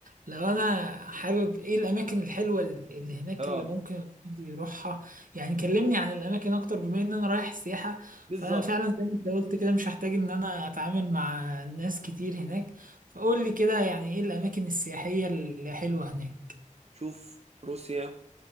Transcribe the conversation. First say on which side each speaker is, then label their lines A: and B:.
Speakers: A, on the right; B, on the right.
A: لو انا حابب ايه الاماكن الحلوة اللي هناك
B: اه
A: اللي ممكن الواحد يروحها يعني كلمني عن الاماكن اكتر بما ان انا رايح سياحة
B: بالظبط
A: فانا فعلا زي ما انت قلت كده مش هحتاج ان انا اتعامل مع ناس كتير هناك فقول لي كده يعني ايه الاماكن السياحية الحلوة هناك
B: شوف روسيا